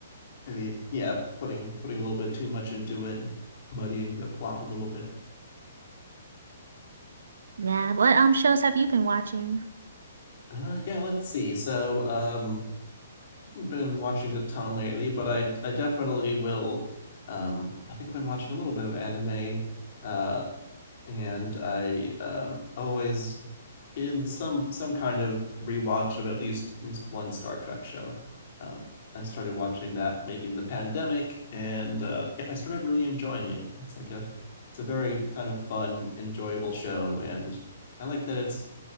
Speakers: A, on the left; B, on the right.
A: Maybe yeah, putting putting a little bit too much into it, and muddying the plot a little bit.
B: yeah, what um shows have you been watching?
A: Uh, yeah, let's see. So, um, I've been watching a ton lately, but I I definitely will. Um, I think I've been watching a little bit of anime. Uh, and I um, always in some some kind of rewatch of at least at least one Star Trek show. Um, I started watching that maybe in the pandemic, and uh, yeah, I started really enjoying it. It's like a it's a very kind of fun, enjoyable show, and I like that it's